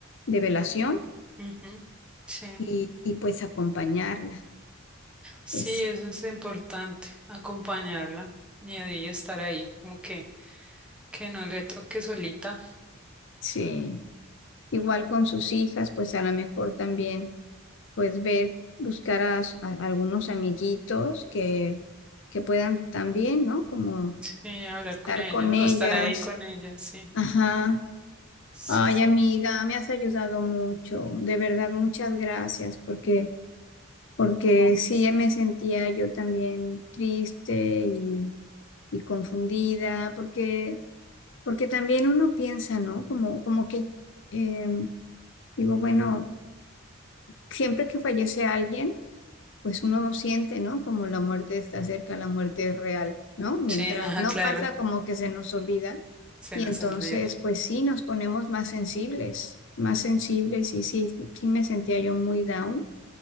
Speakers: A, on the left; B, in the centre.
A: de velación
B: ujú, Sí.
A: y, y pues acompañarla.
B: Sí,
A: Es,
B: eso es importante, acompañarla y ahí estar ahí, como que, que no le toque solita,
A: sí. Igual con sus hijas, pues a lo mejor también pues ver, buscar a, s- a algunos amiguitos que, que puedan también, ¿no? Como
B: sí, hablar
A: estar
B: con ella
A: con ellas.
B: o estar ahí con ella, sí,
A: Ajá.
B: sí,
A: Ay, amiga, me has ayudado mucho. De verdad, muchas gracias porque... porque
B: no,
A: sí
B: pues,
A: me sentía yo también triste y, y confundida, porque, porque también uno piensa, ¿no? Como, como que eh, digo, bueno, siempre que fallece alguien, pues uno siente, ¿no? Como la muerte está cerca, la muerte es real, ¿no? Mientras
B: sí, ah,
A: no
B: claro,
A: pasa, como que se nos olvida.
B: se
A: Y
B: nos
A: entonces,
B: olvida.
A: pues sí, nos ponemos más sensibles, más sensibles y sí, sí me sentía yo muy down,